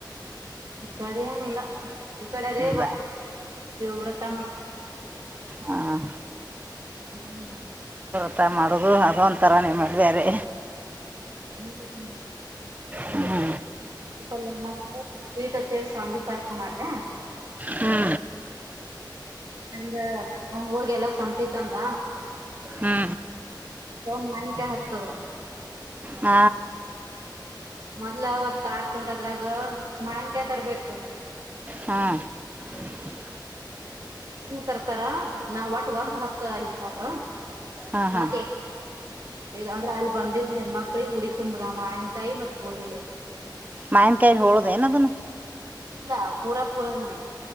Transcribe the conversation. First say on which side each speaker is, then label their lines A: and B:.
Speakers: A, on the right; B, on the right.
A: ಈ ಕಡೆ ಏನಿಲ್ಲ ಈ ಕಡೆ ಅದೇ
B: ಇಲ್ಲ
A: ವ್ರತ ಮಾಡ
B: ಹಾಂ
A: <inaudible>
B: ಆಥ ಮಾಡೋದು ಅದು ಒಂಥರ ನಿಮ್ಮದು ಬೇರೆ
A: <unintelligible>
B: ಹ್ಞೂ
A: ಮಾಡಿದ್ಯಾ
B: ಹ್ಞೂ
A: ಆವ ಹೋಗಿ ಎಲ್ಲ ಸಂತಿತಂದ
B: ಹ್ಞೂ
A: <unintelligible>
B: ಹ
A: ಮೊದ್ಲ ಒಂತ ಟಾಟಾ ಅದ್ರಾಗ ಮಾನ್ಕಾಯಿ ತರ್ಬೇಕ
B: ಹಾಂ <inaudible>
A: ತರ್ತಾರ ನಾವ್ ಒಟ್ ಒಟ್ ಹತ್ ಈವಾಗ
B: ಹಾಂ ಹಾಂ
A: ಮತ್ತೆ ಅಂದ್ರೆ ಅಲ್ಲಿ ಬಂದಿದ್ದ್ ಹೆಣ್ಣ್ಮಕ್ಳಿಗೆ ಹುಡಿ ತುಂಬುದಮ್ಮ ಆನ್ ಕೈ ಮತ್ ಗೋಧಿಲಿ
B: ಮಾಯನ್ಕಾಯಿಲಿ ಹೋಳಿದೆನ್ ಏನದನು
A: ಇಲ್ಲ ಪೂರಾ ಪೂರಾನೇ